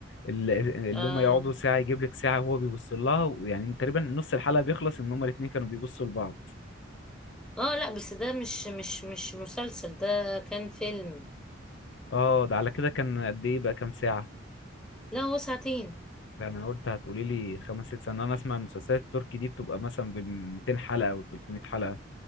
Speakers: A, on the left; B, in the centre.
A: اللي
B: اه
A: هم يقعدوا ساعة يجيب لك ساعة وهو بيبص لها يعني تقريبا نص الحلقة بيخلص ان هما الاتنين كانوا بيبصوا لبعض
B: اه لا بس ده مش مش مش مسلسل ده كان فيلم
A: اه ده على كده كان قد ايه بقى كام ساعة
B: لا هو ساعتين
A: ده انا قلت هتقولي لي خمس ست سنين انا اسمع المسلسلات التركي دي بتبقى مثلا بال 200 حلقة او 300 حلقة